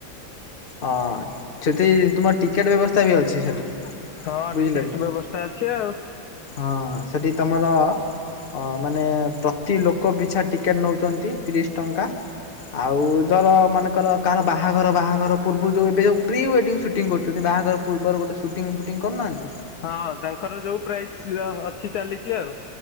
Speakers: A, on the left (about 30°); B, on the left (about 65°).
A: ହଁ ସେଠି ତୁମର ଟିକେଟ ବ୍ୟବସ୍ଥା ବି ଅଛି ସେଠି।
B: ହଁ
A: ବୁଝିଲ
B: ଟିକେ
A: କି
B: ସବୁ ବ୍ୟବସ୍ଥା ଅଛି ଆଉ।
A: ହଁ ସେଠି ତମର ହଁ ମାନେ ପ୍ରତି ଲୋକ ବିଛା ଟିକେଟ୍ ନେଉଛନ୍ତି ତିରିଶ ଟଙ୍କା। ଆଉ ଦର ମନେକର କାହାର ବାହାଘର ବାହାଘର ପୂର୍ବରୁ ଯୋଉ ଏବେ ଯୋଉ ପ୍ରି ୱେଡିଙ୍ଗ ସୁଟିଂ କରୁଚନ୍ତି ବାହା ଘର ପର୍ବରୁ ଗୋଟେ ସୁଟିଂ ଫୁଟିଂ କରୁନାହାନ୍ତି
B: ହଁ ତାଙ୍କର ଯୋଉ ପ୍ରାଇସ୍ ଅଛି ଚାଲିଚି ଆଉ